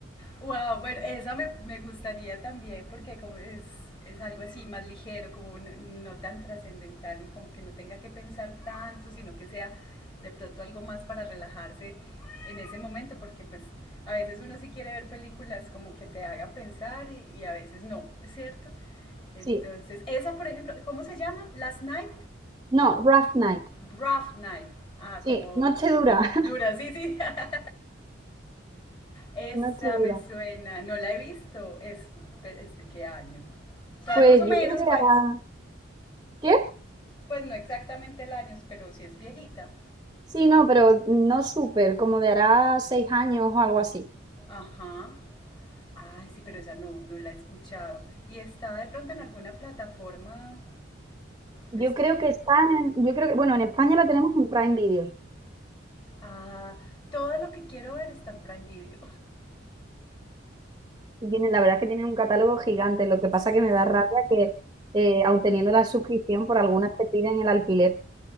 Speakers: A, on the left (about 25°); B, on the right (about 20°).
A: Wow, bueno, esa me, me gustaría también porque como es, es algo así más ligero, como no, no tan trascendental y como que no tenga que pensar tanto, sino que sea de pronto algo más para relajarse en ese momento, porque pues a veces uno sí quiere ver películas como que te hagan pensar y, y a veces no, ¿cierto? Entonces,
B: Sí.
A: esa por ejemplo, ¿cómo se llama? Last Night,
B: No, Rough Night.
A: Rough Night, ah,
B: Sí,
A: como
B: noche dura, <laughs>
A: dura, sí, sí, <laughs> Esa
B: noche dura.
A: me suena, no la he visto. Es, ¿Es de qué año? ¿Sabes
B: Pues
A: más o
B: yo
A: menos,
B: creo que
A: pues?
B: hará... ¿Qué?
A: Pues no exactamente el año, pero sí es viejita.
B: Sí, no, pero no súper, como de hará seis años o algo así.
A: Ajá. Ay, sí, pero esa no, no la he escuchado. ¿Y está de pronto en alguna plataforma
B: Yo
A: de streaming?
B: creo que está en, yo creo que, bueno, en España la tenemos en Prime Video.
A: Ah, todo lo que quiero ver está en Prime Video.
B: Y tienen, la verdad es que tienen un catálogo gigante. Lo que pasa
A: Sí,
B: que me da rabia que, eh, aun teniendo la suscripción, por algunas te piden el alquiler.